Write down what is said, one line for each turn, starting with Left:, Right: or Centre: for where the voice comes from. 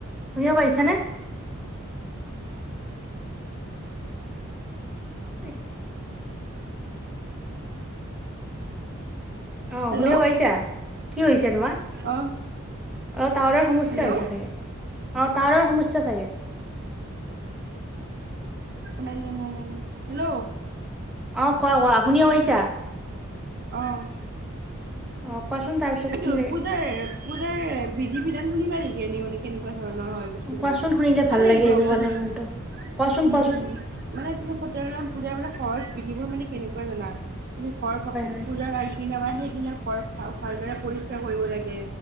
Centre: শুনিব পাৰিছে নে। স অ',
Right: হেল্ল'
Centre: শুনিব পাৰিছা কি হৈছে তোমাৰ?
Right: অ
Centre: অ', টাৱাৰৰ সমস্যা
Right: হেল্ল'
Centre: হৈছে চাগে অ টাৱাৰৰ সমস্যা চাগে।
Right: নাই নাই নাই নাই ন হেল্ল'।
Centre: অ', কোৱা কোৱা শুনিব পাৰিছা।
Right: অ'।
Centre: অ'। কোৱাচোন তাৰপিছত
Right: কিন্তু
Centre: কি লাগে
Right: পূজাৰ পূজাৰ বিধি বিধান শুনিবা নেকি এনেই মানে কেনেকুৱা। ধৰণৰ হয় বস্তুবিলাক
Centre: কোৱাচোন শুনিলে
Right: ভাল লাগিব
Centre: লাগে এইবোৰ
Right: আকৌ
Centre: মানে
Right: শুনি।
Centre: মনটো
Right: উম
Centre: কোৱাচোন কোৱাচোন
Right: উম মানে তুমি সত্যনাৰায়ণ পূজাবিলাক। সৰ স্পৃতি বোৰ মানে কেনেকুৱা জানা তুমি ঘৰ
Centre: হয় হয়
Right: পূজাৰ আগদিনা বা সেই দিনা ভালদৰে পৰিষ্কাৰ কৰিব লাগে